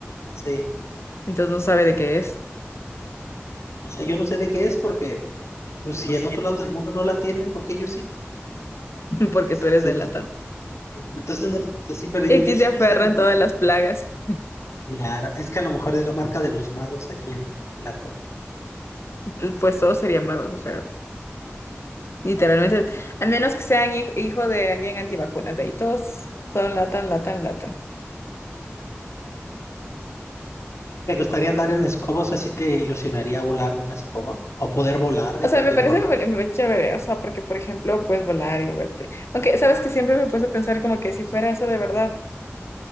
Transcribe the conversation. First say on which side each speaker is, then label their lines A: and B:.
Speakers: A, on the left; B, on the left.
A: Sí.
B: Entonces no sabe de qué es,
A: O sea, yo no sé de qué es porque, pues si
B: <laughs>
A: en otros lados del mundo no la tienen, porque ellos
B: porque
A: sí.
B: tú eres de la
A: Entonces, no es así, pero digo,
B: Y
A: entonces
B: aquí se aferran
A: no es tan importante.
B: todas las plagas.
A: Claro, es que a lo mejor es la marca de los magos aquí en Platón.
B: Entonces, pues todos serían magos, o sea, literalmente, al menos que sean hij- hijo de alguien antivacunas, de ahí todos son latan, latan, latan.
A: ¿Te gustaría andar en escobos? ¿Así te ilusionaría volar una escoba? ¿O poder volar de
B: O
A: cualquier
B: sea, me parece
A: forma?
B: muy- muy chévere, o sea, porque, por ejemplo, puedes volar y moverte. Aunque, sabes que siempre me puse a pensar como que si fuera eso de verdad